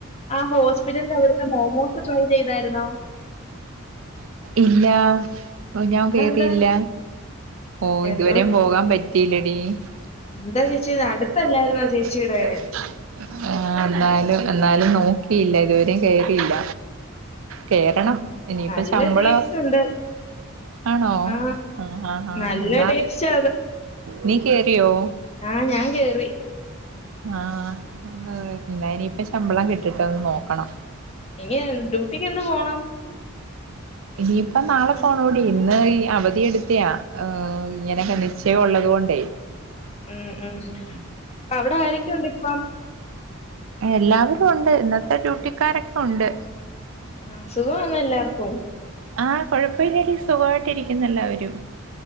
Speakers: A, on the left; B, on the right.
A: ആ ഹോസ്പിറ്റലിന്റെ അവിടുത്തെ മോമോസ് ട്രൈ ചെയ്തായിരുന്നോ
B: ഇല്ലാ ഇപ്പോ ഞാൻ
A: അതെന്താ
B: കേറ്യില്ല ഓഹ് ഇതുവരെയും
A: എന്തോ
B: പോകാൻ പറ്റീലെടീ
A: എന്താ
B: <unintelligible>
A: ചേച്ചി ഇത് അടുത്തല്ലായിരുന്നോ ചേച്ചിയുടെ
B: ആഹ് ന്നാലും എന്നാലും നോക്കിയില്ല ഇതുവരെയും കേറിയില്ല കേറണം ഇനിയിപ്പോ
A: നല്ല
B: ശമ്പളം
A: ടേസ്റ്റ് ഉണ്ട്
B: ആണോ
A: ആ
B: ആഹ് ആ
A: നല്ല
B: എന്നാ
A: ടേസ്റ്റ്
B: നീ കേറിയോ
A: ആഹ് ഞാൻ കേറി
B: ആഹ് എന്ന ഇനിയിപ്പ ശമ്പളം കിട്ടിട്ട് ഒന്ന് നോക്കണം
A: ഇനി എൻ ഡ്യൂട്ടിക്ക്ന്ന് പോണം
B: ഇനിയിപ്പോ നാളെ പോണോടി. ഇന്ന് ഈ അവധിയ എടുത്തയാ ഏഹ് ഇങ്ങനെ ചയം ഉള്ളതു കൊണ്ടേ
A: ഉം ഉം അവിടെ ആരൊക്കെയുണ്ട് ഇപ്പം
B: എല്ലാവരും ഉണ്ട് ഇന്നത്തെ ഡ്യൂട്ടിക്കാരൊക്കെ ഉണ്ട്
A: ആഹ് സുഖംആന്നോ എല്ലാർക്കും
B: ആഹ് കുഴപ്പമില്ലടി സുഖമായിട്ട് ഇരിക്കുന്നു എല്ലാവരും